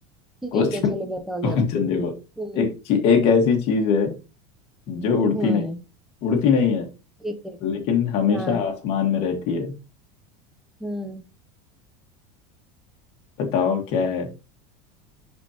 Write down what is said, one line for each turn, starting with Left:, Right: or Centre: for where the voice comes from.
Centre: ठीक
Left: क्वेश्चन
Centre: है चलो बताओ
Left: क्वेश्चन
Centre: जरा
Left: देखो
Centre: हम्म
Left: एक ची- एक ऐसी चीज है जो
Centre: हम्म
Left: उड़ती नहीं उड़ती नहीं है
Centre: ठीक है
Left: लेकिन हमेशा
Centre: हाँ
Left: आसमान में रहती है
Centre: हम्म
Left: बताओ क्या है